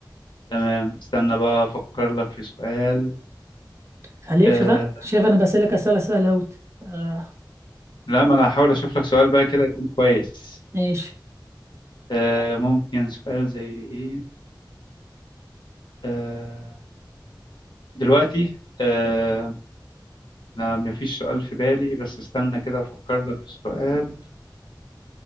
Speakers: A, on the left; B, on the right.
A: تمام استنى بقى افكر لك في سؤال
B: خليك
A: آه،
B: شوف شايف أنا بسألك أسئلة سهلة أوت آه
A: لا ما انا هحاول اشوف لك سؤال بقى كده يكون كويس
B: ماشي
A: آه، ممكن سؤال زي ايه آه، دلوقتي آه، أنا مفيش سؤال في بالي بس استنى كده أفكر لك في السؤال